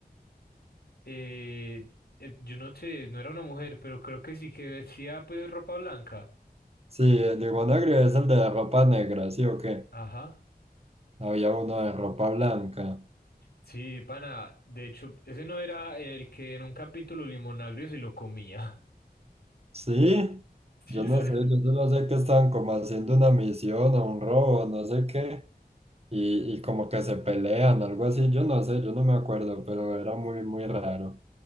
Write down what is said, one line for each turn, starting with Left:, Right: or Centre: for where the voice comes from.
Left: Eh, eh, yo no sé, no era una mujer, pero creo que sí que vestía pues ropa blanca.
Right: Sí, el limonagrio es el de ropa negra, ¿sí o qué?
Left: Ajá.
Right: Había uno de ropa blanca.
Left: Sí, pana, de hecho, ese no era el que en un capítulo Limonagrio se lo comía. <laughs>
Right: Sí,
Left: Sí,
Right: yo no
Left: ¿sabes?
Right: sé, yo solo sé que estaban como haciendo una misión o un robo, no sé qué, y, y como que se pelean, algo así, yo no sé, yo no me acuerdo, pero era muy, muy raro.